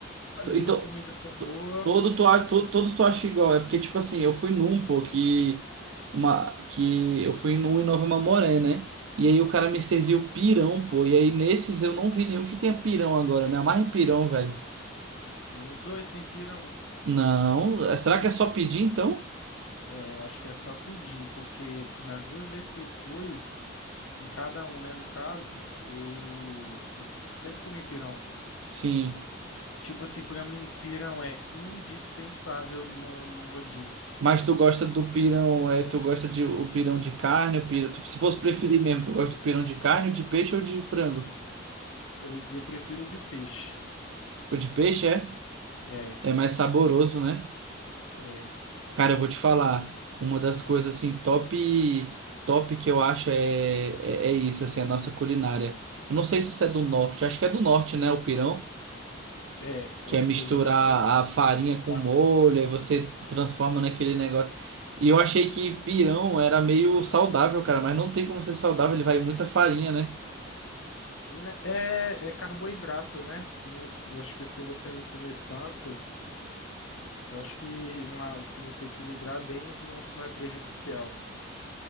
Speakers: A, on the left; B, on the right.
A: As
B: Então,
A: duas comidas são boas.
B: to- todo tu, a- to- todos tu acha igual. É porque, tipo assim, eu fui num, pô, que, uma, que eu fui num em Nova Mamoré, né? E aí o cara me serviu pirão, pô. E aí nesses eu não vi nenhum que tenha pirão agora. Eu Me amarra em pirão, velho.
A: Nos dois tem pirão.
B: Não, eh, será que é só pedir então?
A: É, eu acho que é só pedir, porque nas duas vezes que eu fui, em cada um, né, no caso, eu eu sempre comi pirão.
B: Sim.
A: Tipo assim, pra mim, pirão é indispensável num, num rodízio.
B: Mas tu gosta do pirão, é, tu gosta de o pirão de carne, o pirão, tu- se fosse preferir mesmo, tu gosta do pirão de carne, de peixe ou de frango?
A: Eu, eu prefiro de peixe.
B: O de peixe é,
A: É,
B: é mais saboroso, né?
A: é,
B: Cara, eu vou te falar, uma das coisas assim top top que eu acho é, é, é isso, assim, a nossa culinária. Eu não sei se isso é do norte, acho que é do norte, né, o pirão,
A: é, é
B: que
A: uma
B: é misturar
A: coisa mais ou menos.
B: a farinha com
A: Carne.
B: molho, aí você transforma naquele negócio. E eu achei que pirão era meio saudável, cara, mas não tem como ser saudável, ele vai muita farinha, né?
A: Né, É, é carboidrato, né? Não s- acho que se você não comer tanto, Eu acho que uma, se você equilibrar bem, não, não não é prejudicial.